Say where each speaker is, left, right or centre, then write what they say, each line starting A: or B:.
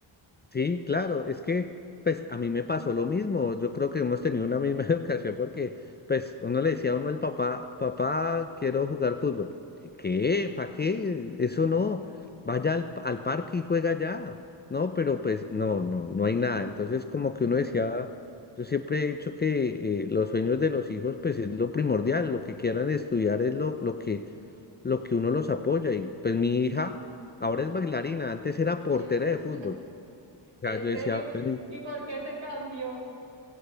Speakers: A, on the left (about 25°); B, on the right (about 65°).
A: Sí, claro, es que pues a mí me pasó lo mismo, yo creo que hemos tenido una misma <laughs> educación porque pues uno le decía a uno el papá, papá, quiero jugar fútbol. ¿Qué? ¿Para qué? Eso no, vaya al, al parque y juega ya, ¿no? Pero pues no, no, no hay nada. Entonces como que uno decía, yo siempre he dicho que eh, los sueños de los hijos pues es lo primordial, lo que quieran estudiar es lo, lo que, lo que uno los apoya y pues mi hija ahora es bailarina, antes era portera
B: <laughs>
A: de fútbol sea,
B: ¿En
A: yo
B: serio?
A: decía, "Pero, ¿y
B: ¿Y por qué se cambió?